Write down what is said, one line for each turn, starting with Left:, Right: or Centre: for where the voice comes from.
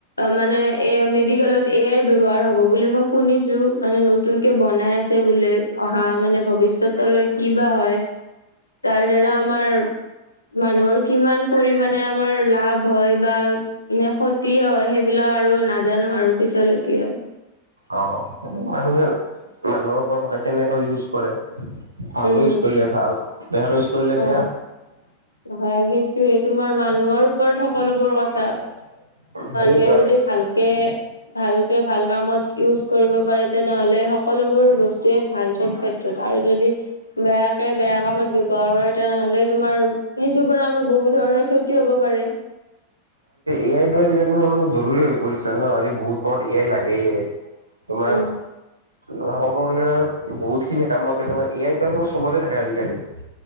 Left: মানে এ মেডিকেলত এ আই ব্যয়ৱসায় হব বুলি মই শুনিছো মানে নতুনকে বনাই আছে বোলে অহা মানে ভৱিষ্যতলৈ কি বা হয় তাৰ দ্বাৰা আমাৰ মানুহৰ কিমান পৰিমানমানে আমাৰ লাভ হয় বা ক্ষতি হয় সেইবিলাক আৰু নাজানো আৰু পিছলৈ কি হয়
Right: অ মানুহে মানুহৰ ওপৰত কথা কেনেকৈ ইজ কৰে ভালকৈ
Left: উম
Right: ইউজ কৰিলে ভাল বেয়াকৈ ইউজ কৰিলে
Left: অ
Right: বেয়া
Left: হয় সেইটোয়ে তোমাৰ মানুহৰ ওপৰত সকলোবোৰ কথা মানুহে
Right: সেইয়েতো আৰু
Left: যদি ভালকে ভালকে ভাল কামত ইউজ কৰিব পাৰে তেনেহলে সকলোবোৰ বস্তুয়ে ভাল চব ক্ষেত্ৰত আৰু যদি বেয়াকে বেয়া কামত বৱহাৰ কৰে তেনেহলে তোমাৰ সেইটোৰ পৰা আমাৰ বহুত ধৰণৰ ক্ষতি হব পাৰে
Right: এ আইটো আজিকালি মানে জৰুৰী হৈ পৰিছে ন আজি বহুত সময়ত এ আই লাগেই তোমাৰ
Left: উম
Right: ক'ব গ'লে বহুতখিনি কামত তে তোমাৰ এ আই তোমাৰ সবতে থাকে আজিকালি